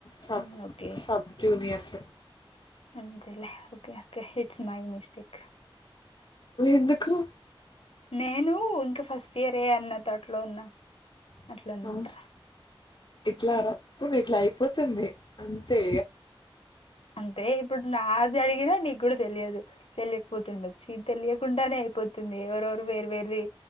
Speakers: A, on the left; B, on the left.
A: సబ్
B: మ్ ఓకే
A: సబ్ జూనియర్స్
B: అంతేలే okay okay it's my mistake
A: ఎందుకు
B: నేను ఇంకా ఫస్ట్ ఇయరే అన్న థాట్లో ఉన్నా అట్ల అనమాట
A: అ ఇట్లార ప్పు ఇట్లా అయిపోతుంది అంతే
B: అంతే ఇప్పుడు నాది అడిగినా నీకు కూడా తెలియదు తెలియకపోతుడచ్చు ఇది తెలియకుండానే పోతుంది ఎవరెవరు వేరు వేరివి